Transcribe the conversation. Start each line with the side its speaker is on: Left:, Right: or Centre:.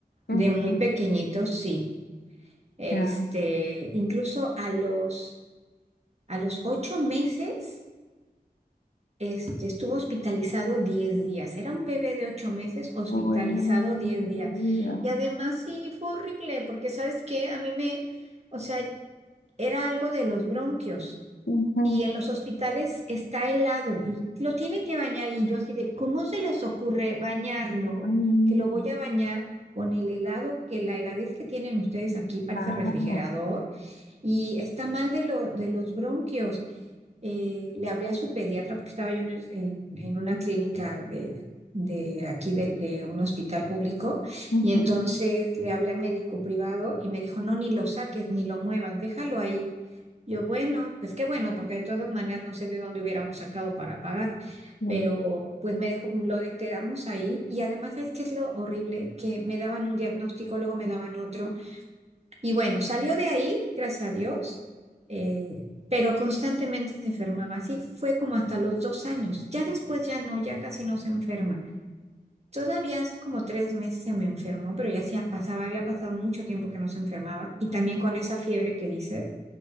Left: Ujú,
Right: de muy pequeñito, sí. Este,
Left: Ya.
Right: incluso a los, a los ocho meses, este, estuvo hospitalizado diez días. Era un bebé de ocho meses hospitalizado
Left: Ay, no,
Right: diez
Left: mi
Right: días.
Left: vida.
Right: Y además sí fue horrible, porque ¿sabes qué? A mí me, o sea, era algo de los bronquios.
Left: Ujú.
Right: Y en los hospitales está helado y lo tiene que bañar. Y yo así de, ¿cómo se les ocurre bañarlo?
Left: Ay, no,
Right: Que lo voy a bañar con el helado, que la heladez que tienen ustedes aquí parece
Left: claro.
Right: refrigerador y está mal de, lo, de los bronquios. Eh, le hablé a su pediatra porque estaba yo en, el- en- en una clínica de, de aquí del- de, un hospital público
Left: Ujú,
Right: y entonces le hablé al médico privado y me dijo, no, ni lo saques, ni lo muevas, déjalo ahí. Yo, bueno, pues qué bueno, porque de todas maneras no sé de dónde hubiéramos sacado para pagar,
Left: ujú,
Right: pero pues me dejó, lo de- quedamos ahí y además, ¿sabes qué es lo horrible? Que me daban un diagnóstico, luego me daban otro. Y bueno, salió de ahí, gracias a Dios, eh, pero constantemente se enfermaba. Así fue como hasta los dos años. Ya después ya no, ya casi no se enferma. Todavía hace como tres meses se me enfermó, pero ya se pasaba, había pasado mucho tiempo que no se enfermaba. Y también con esa fiebre que dice,